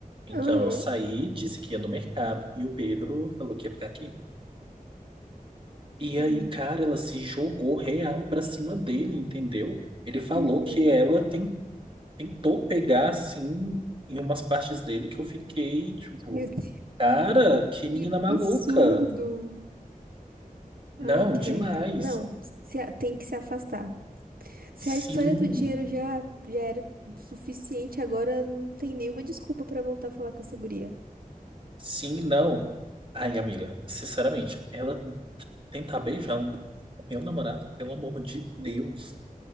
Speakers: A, on the right; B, on the right.
A: Então
B: Aham.
A: eu saí, disse que ia no mercado e o Pedro falou que ia ficar aqui. E
B: Hum.
A: aí, cara, ela se jogou real pra cima dele, entendeu? Ele falou
B: Uhum.
A: que ela ten- tentou pegar, assim, em umas partes dele que eu fiquei, tipo,
B: Meu Deus.
A: cara, que menina
B: Que absurdo.
A: maluca.
B: Ai,
A: Não,
B: credo.
A: demais.
B: Não, se a- tem que se afastar. Se
A: Sim,
B: a história do dinheiro já, já era suficiente, agora não tem nenhuma desculpa pra voltar a falar com essa guria.
A: sim, não. Ai, amiga, sinceramente, ela tentar beijar o o meu namorado, pelo amor de
B: Hum.
A: Deus,